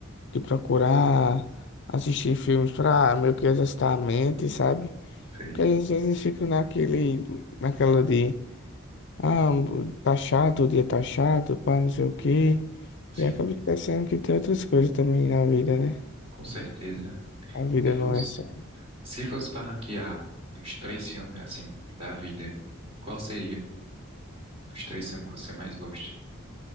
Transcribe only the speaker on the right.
sei.
Sim,
com certeza.
Se fosse,
se fosse pra ranquear uns três filmes assim da vida, qual seria os três filmes que você mais gosta?